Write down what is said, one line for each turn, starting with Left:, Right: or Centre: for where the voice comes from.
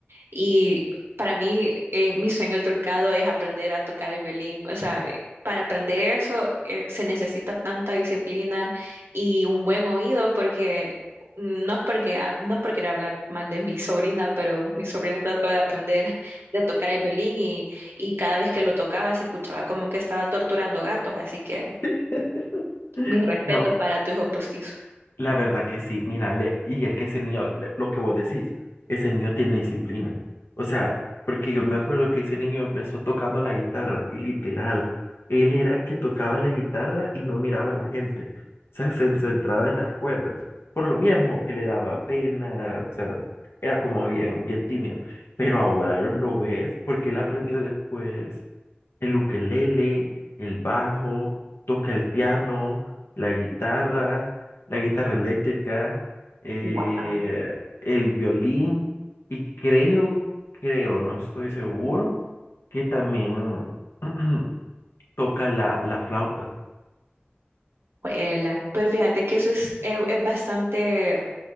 Right: Y para mí, eh, mi sueño truncado es aprender a tocar el violín. O sea, para aprender eso, eh, se necesita tanta disciplina y un buen oído porque no es porque, ha- no es por querer hablar mal de mi sobrina, pero mi sobrina trató de aprender de tocar el violín y, y cada vez que lo tocaba se escuchaba como que estaba torturando gatos. Así que
Left: <laughs>
Right: mis respetos
Left: No,
Right: para tu hijo postizo.
Left: La verdad que sí, mira, le- y es que ese niño, le- lo que vos decís, ese niño tiene disciplina. O sea, porque yo me acuerdo que ese niño empezó tocando la guitarra y literal, él era que tocaba la guitarra y no miraba a la gente. O sea, se centraba en las cuerdas. Por lo mismo que le daba pena, o sea, era como bien, bien tímido. Pero ahora lo ves porque él aprendió después el ukelele, el bajo, toca el piano, la guitarra, la guitarra eléctrica, eh,
Right: Wow.
Left: el violín y creo, creo, no estoy seguro, que también <clears throat> toca la, la flauta.
Right: Pero fíjate que eso es, es- es bastante